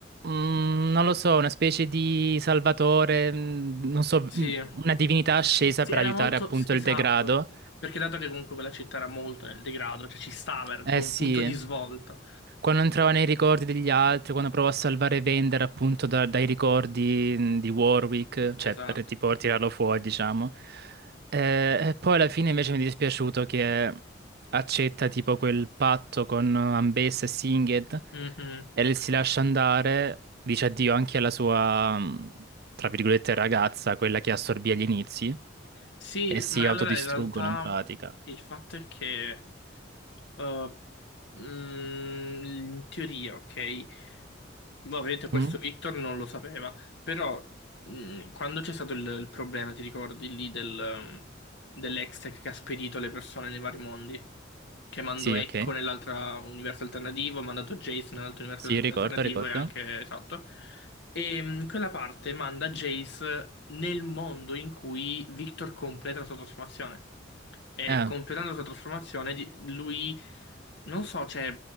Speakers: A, on the right; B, on the left.
A: mm, non lo so, una specie di salvatore, mm, non so,
B: Sì.
A: mm, una divinità ascesa
B: Sì,
A: per
B: era
A: aiutare
B: molto
A: appunto
B: s- esatto.
A: il degrado.
B: Perché dato che comunque quella città era molto nel degrado, cioè ci stava, era tipo
A: Eh
B: un
A: sì,
B: punto di svolta.
A: quando entrava nei ricordi degli altri, quando provò a salvare Vender appunto da- dai ricordi mh, di Warwick, cioè
B: Esatto.
A: per tipo tirarlo fuori, diciamo. Eh, e poi alla fine invece mi è dispiaciuto che accetta tipo quel patto con Ambessa e Singed
B: Mhm.
A: e le- si lascia andare, dice addio anche alla sua, mh, tra virgolette, ragazza, quella che assorbì agli inizi,
B: Sì,
A: e si
B: ma
A: autodistruggono
B: allora in realtà
A: in pratica.
B: il fatto è che eh, mm, in teoria, ok, ovviamente questo
A: Mm?
B: Victor non lo sapeva, però mm, quando c'è stato il, il problema, ti ricordi lì del, um, dell'Hextech che ha spedito le persone nei vari mondi? che mando
A: Sì,
B: Echo
A: ok.
B: nell'altro universo alternativo, ho mandato Jace nell'altro universo
A: Sì, ricordo,
B: alternativo
A: ricordo.
B: e anche esatto. E mh, quella parte manda Jace nel mondo in cui Victor completa la sua trasformazione. E
A: Eh,
B: completando la sua trasformazione, di- lui, non so, cioè,